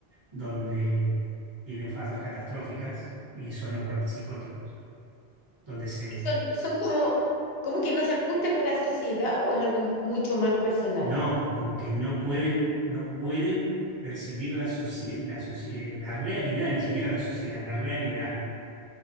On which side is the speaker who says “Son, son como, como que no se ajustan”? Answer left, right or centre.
Left